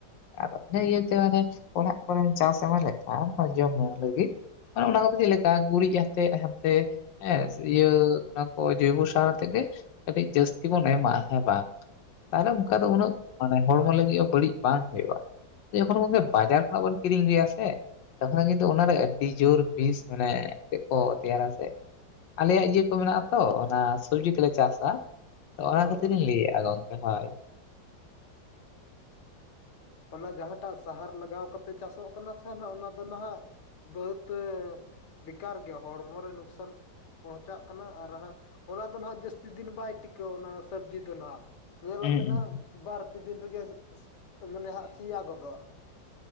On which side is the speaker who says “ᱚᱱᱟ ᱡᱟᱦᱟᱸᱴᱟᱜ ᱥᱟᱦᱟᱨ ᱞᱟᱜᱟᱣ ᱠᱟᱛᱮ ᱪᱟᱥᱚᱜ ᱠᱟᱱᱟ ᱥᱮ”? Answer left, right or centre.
Left